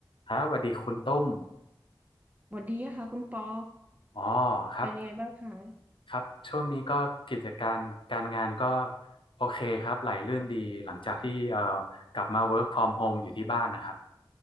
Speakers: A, on the left (about 75°); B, on the right (about 20°).
A: ครับสวัสดีคุณตุ้ม
B: สวัสดีค่ะคุณปอ
A: อ๋อครับ
B: เป็นยังไงบ้างคะ
A: ครับช่วงนี้ก็กิจการการงานก็โอเคครับไหลลื่นดีหลังจากที่เอ่อกลับมา work from home อยู่ที่บ้านนะครับ